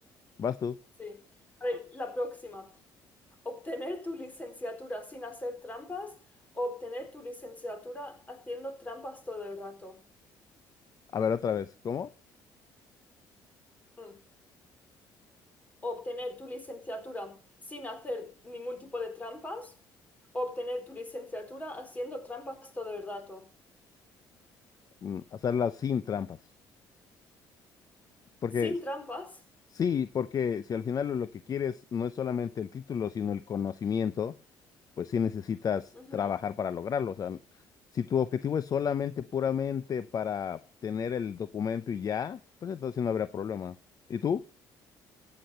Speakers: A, on the left; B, on the left.
A: vas tú.
B: Sí. A ver, la próxima. ¿Obtener tu licenciatura sin hacer trampas o obtener tu licenciatura haciendo trampas todo el rato?
A: A ver otra vez, ¿cómo?
B: Mm. ¿Obtener tu licenciatura sin hacer ningún tipo de trampas o obtener tu licenciatura haciendo trampas todo el rato?
A: Mm, Hacerla sin trampas. Porque
B: Sin trampas.
A: sí, porque si al final lo que quieres no es solamente el título, sino el conocimiento. pues sí necesitas
B: Ujú.
A: trabajar para lograrlo. O sea, si tu objetivo es solamente, puramente para tener el documento y ya, pues entonces sí no habrá problema. ¿Y tú?